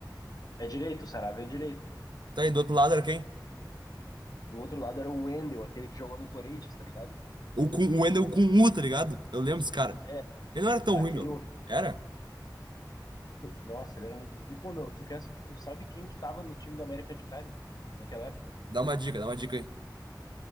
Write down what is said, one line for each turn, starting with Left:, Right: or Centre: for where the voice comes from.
Left: é direito, o Saravia é direito.
Right: Tá, e do outro lado era quem?
Left: Do outro lado era o Wendel, aquele que jogou no Corinthians, tá ligado?
Right: O, Kun, o Wendel com U, tá ligado? Eu lembro esse cara.
Left: É,
Right: Ele não era tão
Left: aquele
Right: ruim, meu.
Left: horrível.
Right: Era?
Left: Nossa, ele era muito. ruim. E, pô, meu, tu, quer... tu sabe quem que tava no time do América de Cali naquela época?
Right: Dá uma dica, dá uma dica aí.